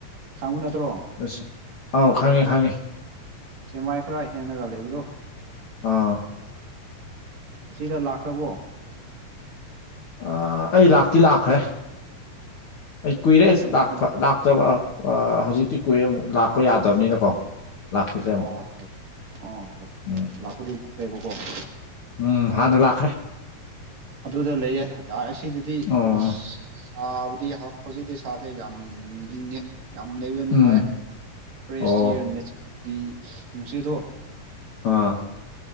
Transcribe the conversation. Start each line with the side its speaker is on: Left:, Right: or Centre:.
Right: ꯈꯥꯡꯕ ꯅꯠꯇ꯭ꯔꯣ
Left: ꯑꯁ ꯑꯥꯎ ꯈꯪꯉꯦ ꯈꯪꯉꯦ
Right: ꯁꯦꯃꯥꯏ ꯈꯔ ꯍꯦꯟꯅꯒ ꯂꯩꯕꯗꯣ
Left: ꯑꯥ
Right: ꯑꯁꯤꯗ ꯂꯥꯛꯈ꯭ꯔꯕꯣ
Left: ꯑ ꯑꯩ ꯂꯥꯛꯇꯤ ꯂꯥꯛꯈ꯭ꯔꯦ ꯑꯩ ꯀꯨꯏꯔꯦ
Right: ꯀꯩꯗꯧꯉꯩ
Left: ꯂꯥꯛꯄ ꯂꯥꯛꯇꯕ ꯑ ꯍꯧꯖꯤꯛꯇꯤ ꯀꯨꯏꯔꯦ ꯂꯥꯛꯄ ꯌꯥꯗꯕꯅꯤꯅꯀꯣ ꯂꯥꯛꯈꯤꯗ꯭ꯔꯦ
Right: ꯑꯣ
Left: ꯑꯃꯨꯛ
Right: ꯑꯣ ꯑꯣ
Left: ꯎꯝ
Right: ꯂꯥꯛꯄꯨꯗꯤ ꯂꯥꯛꯑꯦꯕꯀꯣ
Left: ꯎꯝ ꯍꯥꯟꯅ ꯂꯥꯛꯈ꯭ꯔꯦ
Right: ꯑꯗꯨꯗ ꯂꯩꯔꯦ ꯑꯁꯤꯗꯗꯤ
Left: ꯑꯣ
Right: ꯑꯁ ꯇꯥꯕꯗꯤ ꯍꯧꯖꯤꯛꯇꯤ ꯁꯥꯗꯦ ꯌꯥꯝ ꯏꯪꯉꯦ ꯌꯥꯝ ꯂꯩꯕ ꯅꯨꯡꯉꯥꯏ
Left: ꯎꯝ
Right: ꯐ꯭ꯔꯦꯁ
Left: ꯑꯣ
Right: ꯏꯌꯥꯔ ꯅꯦꯇꯔꯀꯤ ꯅꯨꯡꯁꯤꯗꯣ
Left: ꯑꯥ